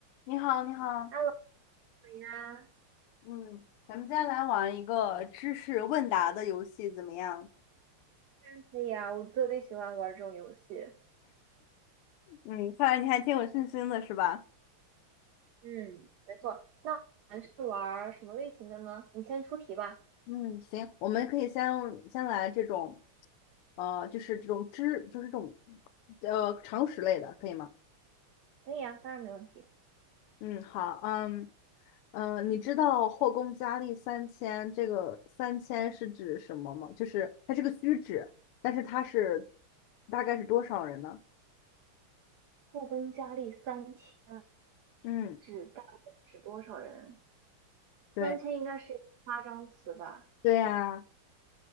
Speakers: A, on the left; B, on the right.
A: 你好，你好，
B: Hello 你呀，当
A: 嗯，咱们接下来玩一个知识问答的游戏，怎么样？
B: 然可以啊，我特别喜欢玩这种游戏。
A: 嗯，看来你还挺有信心的，是吧？
B: 嗯，没错。那我们是玩什么类型的呢？你先出题吧。
A: <laughs> 嗯，行，我们可以先先来这种，呃，就是这种知，就是这种，呃，常识类的，可以吗？
B: 可以啊，当然没问题。
A: 嗯，好，嗯嗯、呃你知道后宫佳丽三千这个三千是指什么吗？就是它是个虚指，但是它是大概是多少人呢？
B: 后宫佳丽三千
A: 嗯，
B: 指大概指多少人？
A: 对，
B: 三千应该是一个夸张词吧？
A: 对呀、